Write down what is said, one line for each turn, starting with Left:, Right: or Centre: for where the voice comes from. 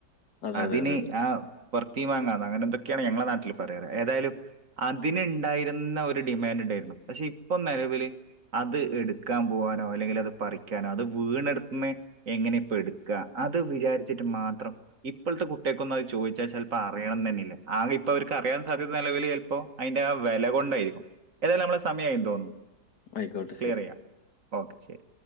Left: അതെ,
Right: അതിന്
Left: അതെ, അതെ, അതെ.
Right: ആ പൊർത്തി വാങ്ങാം അങ്ങനെ എന്തൊക്കെയാണ് ഞങ്ങളെ നാട്ടിൽ പറയാറ്. ഏതായാലും അതിനുണ്ടായി രുന്ന ഒരു ഡിമാൻഡ് ഉണ്ടായിരുന്നു. പക്ഷെ ഇപ്പൊ നിലവിൽ അത് എടുക്കാൻ പോവാനോ അല്ലെങ്കിൽ അത് പറി ക്കാന അത് വീണെടുത്തൂന്ന് എങ്ങനെ ഇപ്പ എടുക്ക അത് വിചാരിച്ചിട്ട് മാത്രം ഇപ്പോഴത്തെ കുട്ട് കൾക്കൊന്നും അത് ചോദിച്ചാ ചിലപ്പോ അറിയണമെന്നില്ല. ആകെ ഇപ്പൊ അവർക്ക് അറിയാൻ സാധ്യത നിലവിൽ ചിലപ്പോ അതിന്റെ ആ വിലകൊണ്ടായിരിക്കും ഏതായാലും നമ്മടെ സമയായിന്ന് തോന്നുന്നു.
Left: ആയിക്കോട്ടെ
Right: ക്ലിയർ
Left: ശെരി
Right: ചെയ്യാം ഓക്കെ ശരി